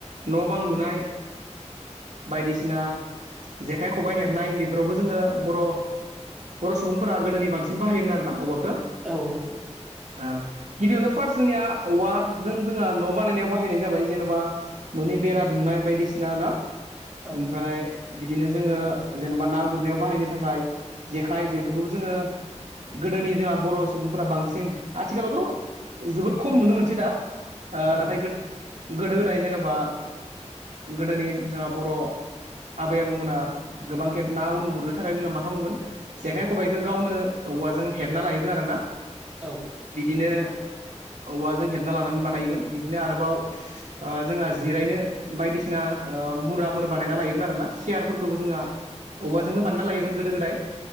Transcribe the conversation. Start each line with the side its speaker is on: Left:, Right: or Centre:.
Right: न' बां लुनाय बायदिसिना जेखाइ खबाय हेबनाय बेफोरावबो जोङो बर' बर' सुबुंफोरा गोदोनि बांसिन बाहायोमोन आरो ना औवाखो
Centre: औ
Right: आ गिबियावनो फार्स्ट जोंनिया औवाजों जोंहा न' बानायनायाव बाहायनाय जाबाय जेन'बा न'नि बेरा दुमनाय बायदिसिना ना
Centre: औ
Right: ओमफ्राय
Centre: नोंथां
Right: बिदिनो जोङो जेन'बा ना गुरनायाव बाहायनो थाखाय जेखाइ बेफोरखौबो जोङो गोदोनि जोंहा बर' सुबुंफोरा बांसिन आथिखालावथ' जोबोद खम नुनो मोनसै दा ओ
Centre: औ
Right: नाथाय गोदो गोदाय जेन'बा गोदोनि जोंहा बर' आबै आबौमोना गोबां खेब ना उनु गुरनो थाखाय जोंहा मा खालामोमोन जेखाइ खबाइखौ गावनो औवाजों हेबना लायोमोन आरो ना
Centre: औ
Right: बिदिनो औवाजों हेबना लानानै बानायोमोन बिदिनो आरोबाव जोंहा जिरायनो बायदिसिना मुराफोर बानायना लायोमोन आरोना सियारफोरखौबो जोंहा औवाजोंनो बानना लायोमोन गोदो गोदाय